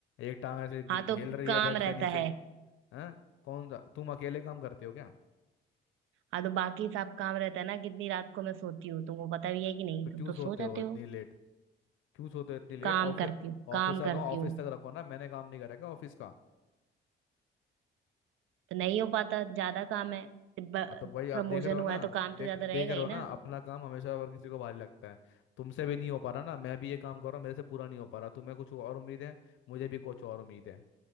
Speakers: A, on the left; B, on the right.
A: एक टांग ऐसे घि-
B: हाँ तो
A: झेल रही
B: काम
A: है बेड
B: रहता
A: से नीचे
B: है
A: हाँ कौन सा तुम अकेले काम करते हो क्या
B: हाँ तो बाकी सब काम रहता है ना कितनी रात को मैं सोती हूँ तुमको पता भी है कि नहीं
A: तो क्यों
B: तुम तो
A: सोते
B: सो जाते
A: हो इतनी
B: हो
A: लेट क्यों सोते हो इतनी लेट
B: काम
A: ऑफिस
B: करती हूँ
A: ऑफिस
B: काम
A: का
B: करती
A: काम ऑफिस
B: हूँ
A: तक रखो ना मैंने काम नहीं करा क्या ऑफिस का
B: तो नहीं हो पाता ज्यादा काम है प्रमोशन
A: अब तो भाई आप देख रहे हो
B: हुआ
A: ना
B: है तो काम
A: देख
B: तो ज्यादा रहेगा
A: देख रहे
B: ही
A: हो
B: ना
A: ना अपना काम हमेशा हर किसी को भारी लगता है तुमसे भी नहीं हो पा रहा ना मैं भी ये काम कर रहा हूँ मेरे से पूरा नहीं हो पा रहा तुम्हें कुछ और उम्मीद है मुझे भी कुछ और उम्मीद है